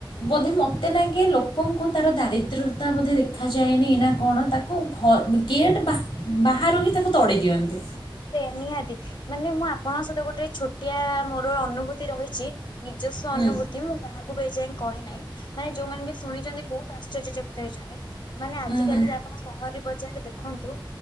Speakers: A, on the left; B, on the left.
A: ବୋଧେ ମତେ ଲାଗେ ଲୋକଙ୍କୁ ତାର ଦାରିଦ୍ର୍ୟତା ବୋଧେ ଦେଖାଯାଏନି ନା କଣ ତାକୁ ତା ଘର ଗେଟ୍ ବାହାରୁ ହିଁ ତାକୁ ତଡି ଦିଅନ୍ତି
B: ସେ ନିହାତି ମାନେ ମୁଁ ଆପଣଙ୍କ ସହିତ ଗୋଟେ ଛୋଟିଆ ମୋର ଅନୁଭୂତି ରହିଛି ନିଜସ୍ୱ
A: ହୁଁ
B: ଅନୁଭୂତି ମୁଁ କାହାକୁ ଏଯାଏ କହି ନାହିଁ ମାନେ ଯୋଉମାନେ ବି ଶୁଣିଛନ୍ତି ବହୁତ ଆଶ୍ଚର୍ଯ୍ୟଚକିତ ହେଇଛନ୍ତି ମାନେ ଆଜି
A: ହୁଁ ହୁଁ
B: କାଲି ଆପଣ ସହରୀ ବଜାରରେ ଦେଖନ୍ତୁ